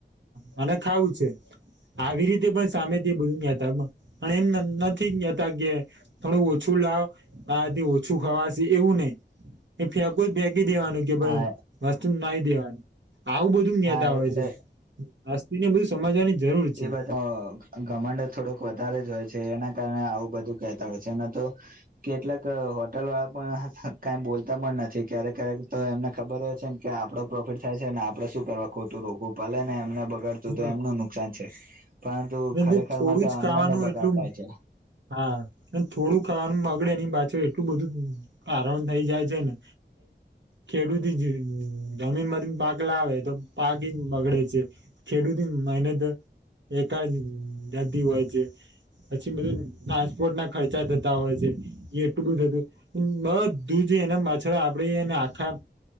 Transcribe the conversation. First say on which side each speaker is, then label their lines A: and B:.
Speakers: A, on the right; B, on the right.
A: મારે ખાવું છે.
B: <inaudible>
A: આવી રીતે પણ સામે તે બધું કેતા પણ એમ નથી કેતા કે થોડું ઓછું લા આ જે ઓછું ખવાશે એવું નહી ફેકો તો ફેકી કી દેવાનું કે ભ
B: હા
A: વસ્તુ નાઈ દેવાનું આવું બધું નતા
B: હા
A: હોય
B: એટલે
A: છે. આસ્થથી ને બધુ સમજવાની જરૂર છે.
B: એ બધો ઘમંડ થોડોક વધારે જ હોય છે. એના કારણે આવું બધું કેતા હોય છે. તો કેટલાક હોટલ વાળા પણ બોલતા નથી ક્યારેક ક્યારેક તો એમને ખબર હો છેને કે આપડો પ્રોફિટ થાય છે અને આપડે શું કરવા ખોટું રો ભલે ને એમને બગાડતું
A: હા
B: તો એમનું નુકસાન છે. પરંતુ
A: અને
B: ખરેખર
A: જે થોડું
B: માં તો
A: જ
B: અન્નનો
A: ખાવાનું
B: બગાડ
A: એટલું
B: થાય છે.
A: હા થોડું ખાવાનું બગડે એની પાછો એટલું બધું કારણ થઈ જાય છે ને ખેડૂત જ-જમીન થી પાક લાવે તો પાક બગડે છે. ખેડૂત મહેનત એકાદ જતી હોય છે. પછી બધું ટ્રાન્સપોર્ટ ના ખર્ચા થતા હોય છે એટલું બધું થતું બધું છે. એના પાછળ આપડે પળી અને આખા